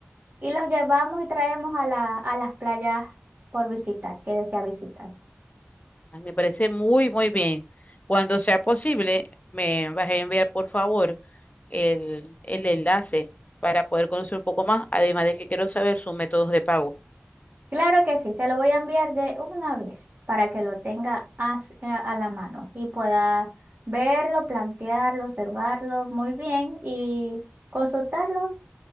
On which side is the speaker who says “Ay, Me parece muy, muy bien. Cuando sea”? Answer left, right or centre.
Left